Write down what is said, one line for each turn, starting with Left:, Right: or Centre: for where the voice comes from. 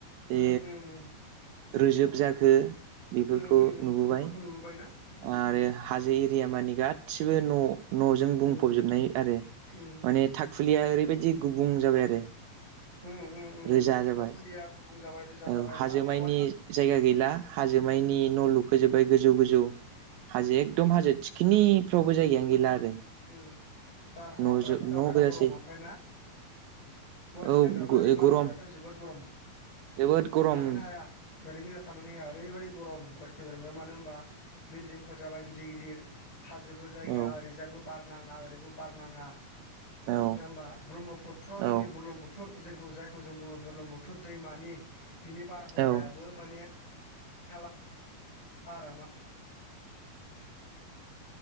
Right: ओ
Left: उम उम उम
Right: रोजोब जाखो बेफोरखौ
Left: उम उम
Right: नुबोबाय
Left: बेफोरखौ नुबोबायना उम
Right: आरो
Left: उम
Right: हाजो एरिया मानि गासिबो न' न'जों बुंफबजोबनाय
Left: उम
Right: आरो
Left: उम
Right: माने थाखुलिया ओरैबायदि गुबुं जाबाय आरो
Left: उम उम
Right: रोजा
Left: उम
Right: जाबाय
Left: थाखुलिया गुबुं जाबाय रोजा
Right: औ
Left: जाबाय ओरै
Right: हाजो
Left: आबहावानि
Right: मायनि जायगा गैला
Left: उम
Right: हाजो हाजो मायनि न' लुखोजोबबाय गोजौ गोजौ हाजो
Left: उम
Right: एकदम हाजो थिखिनिफ्रावबो जायगायानो गैला आरो
Left: उम बारहावाफोराथ'
Right: न'जों
Left: दा
Right: न'
Left: बिराद
Right: गोजासै
Left: गरम ओमफ्राय ना गुवाहाटि
Right: औ
Left: नोगोरमानि बारहावायाथ'
Right: गरम
Left: जोबोद गरम
Right: जोबोद गरम
Left: थानोनो हाया ओरैनो थानानै हाया ओरैबायदि गरम नोगोरमायाव मानो होनबा बिल्डिंफोर जाबाय गिदिर गिदिर हाजोबो जायगा
Right: औ
Left: ओरैजाबो बार नाङा ओरैबो बार नाङा
Right: औ
Left: नङा होनबा ब्रह्मपुत्र जोंनि
Right: औ
Left: बुरलुंबुथुर जिखौ जायखौ जों बुङो बुरलुंबुथुर दैमानि बिनि बारहावायाबो
Right: औ
Left: माने <unintelligible>